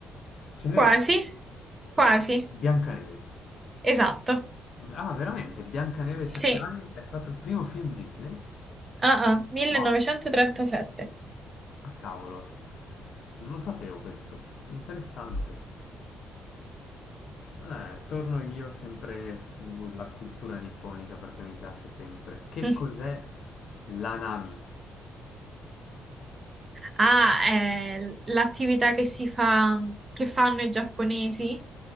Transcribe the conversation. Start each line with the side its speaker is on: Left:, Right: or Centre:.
Left: Cenerentola.
Right: quasi. Quasi.
Left: Biancaneve.
Right: Esatto.
Left: Ah, veramente, Biancaneve e
Right: Sì.
Left: i sette anni è stato il primo film Disney?
Right: Ah, ah, 1937.
Left: Wow. Ah, cavolo. Non lo sapevo questo. Interessante. Eh, torno io sempre sulla cultura nipponica perché mi piace sempre. Che
Right: <laughs>
Left: cos'è l'anami?
Right: Ah, è l'attività che si fa, che fanno i giapponesi